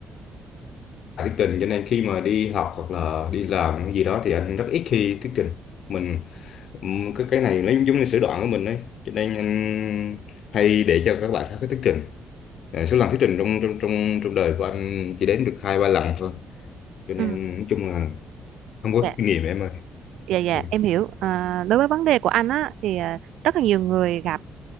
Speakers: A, on the left; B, on the right.
A: bài thuyết trình cho nên khi mà đi học hoặc là đi làm cái gì đó thì anh rất ít khi thuyết trình mình ừm, cái cái này nó giống như sở đoạn của mình đấy cho nên anh hay để cho các bạn khác cái thuyết trình Ờ, số lần thuyết trình trong trong trong trong đời của anh chỉ đến được hai ba lần thôi cho
B: Ừ.
A: nên nói chung là không có
B: Dạ.
A: kinh nghiệm em ơi
B: dạ dạ
A: Ừ.
B: em hiểu à, đối với vấn đề của anh á thì à, rất là nhiều người gặp